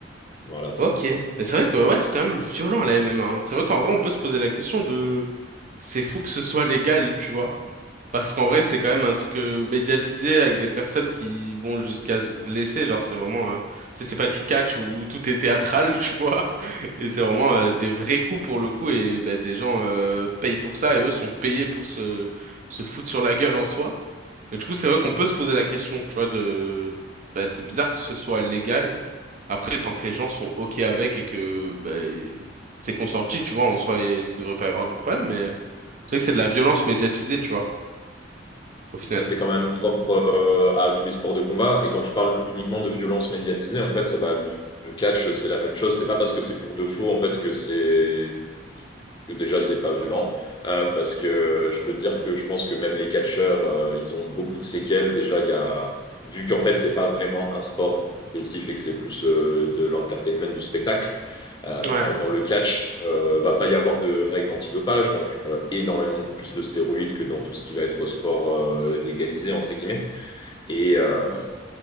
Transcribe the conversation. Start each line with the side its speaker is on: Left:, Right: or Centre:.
Left: voilà, c'est
Right: Ok.
Left: ça.
Right: Mais c'est vrai que ouais, c'est quand même violent la MMA. hein. C'est vrai qu'en vrai, on peut se poser la question de c'est fou que ce soit légal, tu vois. Parce qu'en vrai, c'est quand même un truc euh, médiatisé avec des personnes qui vont jusqu'à se blesser. Genre, c'est vraiment, euh, tu sais, c'est pas du catch où, où tout est théâtral, <laughs> tu vois. Et c'est vraiment euh, des vrais coups pour le coup. Et ben, des gens euh, payent pour ça et eux sont payés pour se, se foutre sur la gueule en soi. Et du coup, c'est vrai qu'on peut se poser la question, tu vois, de... Bah, c'est bizarre que ce soit légal. Après, tant que les gens sont OK avec et que bah, ils- c'est consenti, tu vois, en soi, il devrait pas y avoir de problème, mais c'est vrai que c'est de la violence médiatisée, tu vois, au final.
Left: Et Ça, c'est quand même propre euh, à tous les sports de combat. Et quand je parle uniquement de violence médiatisée, en fait, bah, le, le catch, c'est la même chose. C'est pas parce que c'est pour de faux, en fait, que c'est que déjà, c'est pas violent. euh, parce que je peux te dire que je pense que même les catcheurs, euh, ils ont beaucoup de séquelles. Déjà, il y a, vu qu'en fait, c'est pas vraiment un sport compétitif et que c'est plus euh, de l'entertainment du spectacle, euh,
Right: Ouais.
Left: dans le catch, euh, va pas y avoir de règles antidopage, donc euh, énormément de plus de stéroïdes que dans tout ce qui va être sport euh, légalisé, entre guillemets. Et, euh,